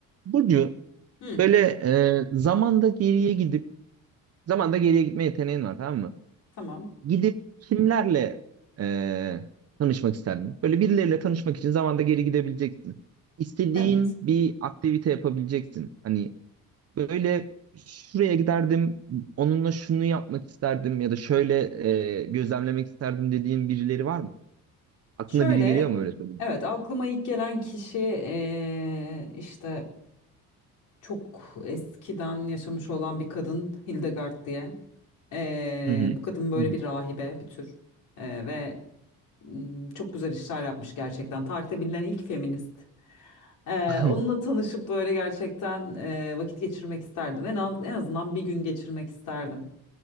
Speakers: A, on the right; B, on the left.
A: Burcu
B: Hı.
A: böyle e, zamanda geriye gidip zamanda geriye gitme yeteneğin var tamam mı?
B: Tamam.
A: Gidip kimlerle e, tanışmak isterdin? Böyle birileriyle tanışmak için zamanda geri gidebileceksin. İstediğin
B: Evet.
A: bir aktivite yapabileceksin. Hani böyle şuraya giderdim, onunla şunu yapmak isterdim ya da şöyle e, gözlemlemek isterdim dediğin birileri var mı? Aklına
B: Şöyle,
A: biri geliyor mu öyle söyleyeyim?
B: evet aklıma ilk gelen kişi eee, işte çok eskiden yaşamış olan bir kadın Hildegard diye. Eee,
A: Hı hı.
B: bu kadın böyle
A: Hı hı.
B: bir rahibe bir tür Eee, ve mm, çok güzel işler yapmış gerçekten. Tarihte bilinen ilk feminist. Eee,
A: <laughs>
B: onunla tanışıp böyle gerçekten eee, vakit geçirmek isterdim. En az, en azından bir gün geçirmek isterdim.